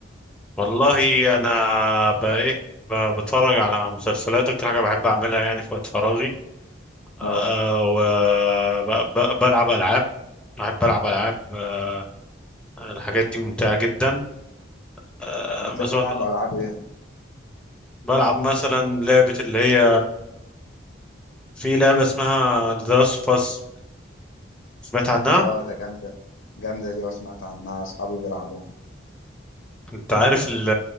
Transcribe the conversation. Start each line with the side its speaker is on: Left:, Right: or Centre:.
Centre: والله انا بقى ايه ب- بتفرج على مسلسلات اكتر حاجه بحب اعملها يعني في وقت فراغي أه
Left: اه
Centre: وبلعب العاب بحب العب العاب أه الحاجات دي ممتعه جدا أه
Left: بتلعب
Centre: مثلا
Left: العاب ايه
Centre: بلعب مثلا لعبه اللي هي في لعبه اسمها The Last of Us سمعت عنها
Left: اه ده جامده جامده دي اه سمعت عنها اصحابي بيلعبوها
Centre: انت عارف ال-